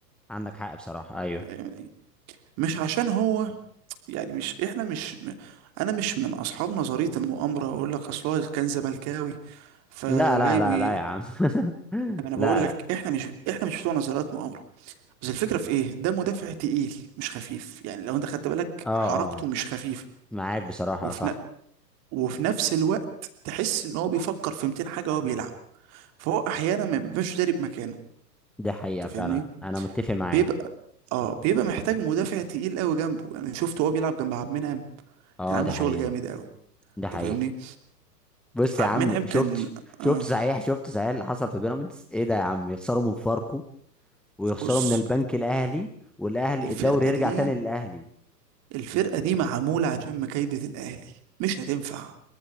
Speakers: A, in the centre; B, on the right (about 30°).
A: عندك حق بصراحه ايوه
B: فاهمني مش عشان هو يعني مش احنا مش م- انا مش من اصحاب نظرية المؤامرة اقول لك اصل هو كان زملكاوي فجاي
A: لا لا لا
B: بي
A: لا يا عم <laughs>
B: انا
A: لا
B: بقول لك
A: لا
B: احنا مش احنا مش بتوع نظريات مؤامرة بس الفكرة في ايه ده مدافع تقيل مش خفيف يعني لو انت خدت بالك
A: اه
B: حركته
A: اه
B: مش خفيفة
A: معاك بصراحه
B: وفي
A: صح
B: ن... وفي نفس الوقت تحس ان هو بيفكر في 200 حاجة وهو بيلعب فهو احيانا ما بيبقاش داري بمكانه
A: دي حقيقه
B: انت
A: فعلا
B: فاهمني
A: انا متفق معاك
B: بيبقى اه بيبقى محتاج مدافع تقيل قوي جنبه يعني شفته هو بيلعب جنب عبد المنعم
A: اه
B: كان عامل
A: دي حقيقه
B: شغل جامد قوي
A: دي
B: انت
A: حقيقه
B: فاهمني
A: بص
B: عبد
A: يا عم
B: المنعم كان
A: شفت شفت
B: آه
A: صحيح شفت صحيح اللي حصل في بيراميدز ايه ده يا عم يخسروا من فاركو ويخسروا
B: بص
A: من البنك الاهلي والاهلي
B: الفرقة
A: الدوري يرجع
B: دي
A: تاني للاهلي
B: الفرقة دي معمولة عشان مكايدة الاهلي مش هتنفع